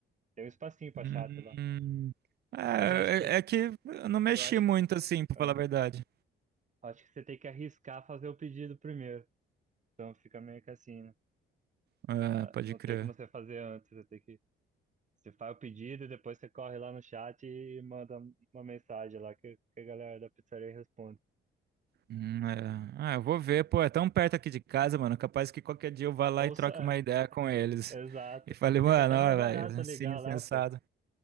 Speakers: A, on the right; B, on the right.
A: Tem um espacinho pra
B: Hum.
A: chata lá.
B: É,
A: Mas eu acho que você,
B: é é que eu não mexi
A: eu acho
B: muito
A: que você,
B: assim, pra
A: é,
B: falar a verdade.
A: acho que você tem que arriscar fazer o pedido primeiro. Então fica meio que assim, né?
B: É,
A: Ah,
B: pode
A: Não
B: crer.
A: tem como você fazer antes, você tem que, você faz o pedido, depois você corre lá no chat e manda uma mensagem lá que, que a galera da pizzaria responde.
B: Hum, é. Ah, eu vou ver, pô, é tão perto aqui de casa, mano. Capaz que qualquer dia eu vá lá
A: Ou
B: e troque
A: só, é,
B: uma ideia com eles.
A: exato.
B: E falei, mano,
A: Fica até
B: ó,
A: mais barato
B: velho, assim,
A: ligar lá,
B: sensado.
A: pô.